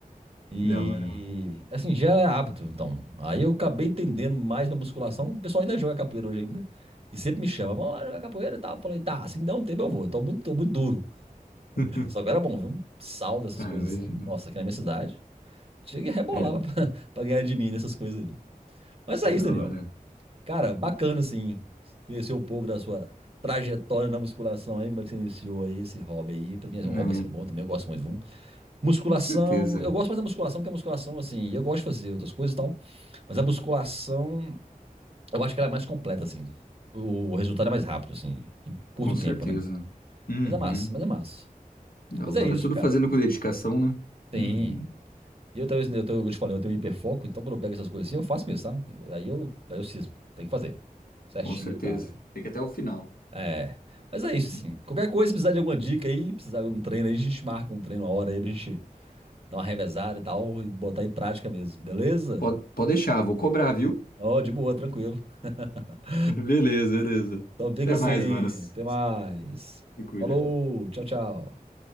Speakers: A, on the right (about 40°); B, on the left (about 75°).
A: E
B: da hora, ó.
A: assim, já é hábito, então. Aí eu acabei entendendo mais pra musculação. O pessoal ainda joga capoeira hoje ainda. E sempre me chama, vamos lá jogar capoeira e tal. Eu falei, tá, assim dá um tempo eu vou. Eu tô muito, tô muito duro.
B: <laughs>
A: Só que era bom, viu? Um salto, essas
B: Ah,
A: coisas
B: eu imagino.
A: assim. Nossa, aqui na minha cidade. Cheguei a rebolar
B: É,
A: pra, <laughs> pra ganhar de mim nessas coisas aí. Mas é
B: é
A: isso,
B: da
A: Daniel.
B: hora.
A: Cara, bacana assim, conhecer um pouco da sua trajetória na musculação aí, como é que você iniciou aí esse hobby aí. Pra mim assim,
B: É,
A: é um hobby assim bom também, eu gosto muito, viu? Musculação,
B: com certeza,
A: eu gosto mais da musculação que a musculação assim, eu gosto de fazer outras coisas e tal, mas a musculação, eu acho que ela é mais completa assim. O resultado é mais rápido assim, em
B: com
A: curto tempo,
B: certeza.
A: né?
B: Uhum,
A: Mas é massa, mas é massa.
B: da
A: Mas
B: hora.
A: é isso,
B: Tudo
A: cara.
B: fazendo com dedicação, né?
A: Tem.
B: Uhum,
A: E eu, tenho- eu, tenho- eu te falei, eu tenho hiperfoco, então quando eu pego essas coisas assim, eu faço mesmo, sabe? Aí eu, aí eu cismo, tem que fazer. Certinho
B: com certeza.
A: e tal.
B: Fica até o final.
A: É, mas é
B: <laughs>
A: isso, assim. Qualquer coisa, se precisar de alguma dica aí, precisar de um treino aí, a gente marca um treino uma hora aí pra gente dar uma revezada e tal e botar em prática mesmo, beleza?
B: Pode, pode deixar, vou cobrar, viu?
A: Ó, de boa, tranquilo. <laughs>
B: <laughs> Beleza, beleza.
A: Então fica
B: Até
A: assim,
B: mais, mano. Se
A: até mais.
B: se cuida.
A: Falou, tchau, tchau.